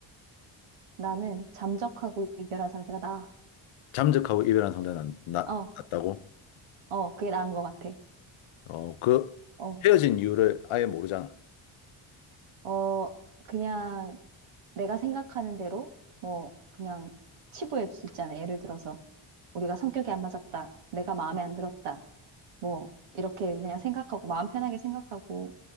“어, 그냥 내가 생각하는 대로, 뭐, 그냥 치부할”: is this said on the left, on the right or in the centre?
Right